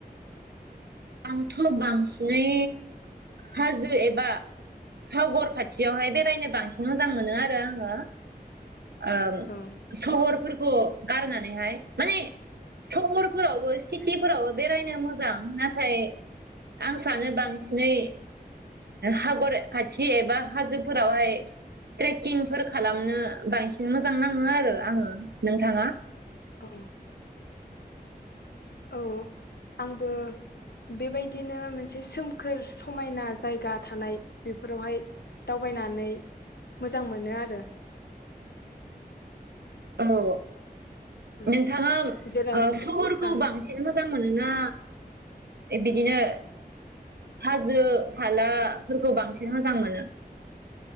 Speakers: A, on the right (about 85°); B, on the left (about 85°).
A: आंथ' बांसिनै हाजो एबा सागर खाथियावहाय बेरायनो बांसिन मोजां मोनो आरो आङो। ओ
B: औ
A: सगर फोर खौ गारनानैहाय माने सहरफोरावबो सिटिफोरावबो बेरायनो मोजां ना थाय आं सानो बांसिनै हागर खाथि एबा हाजोफोरावहाय ट्रेकिंफोर खालामनो बांसिन मोजां नाङो आरो आङो नोंथाङा?
B: औ औ आंबो बेबायदिनो मोनसे सोमखोर समायना जायगा थानाय बेफोरावहाय दावबायनानै मोजां मोनो आरो।
A: औ।
B: उम
A: नोंथाङा
B: जेराव
A: ओ सहरखौ
B: ओं
A: बांसिन मोजां मोनोना बिदिनो हाजो हालाफोरखौ बांसिन मोजां मोनो?